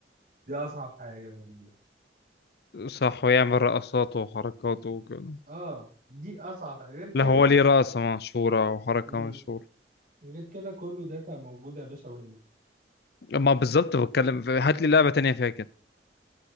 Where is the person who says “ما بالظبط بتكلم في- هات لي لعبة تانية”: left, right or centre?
Left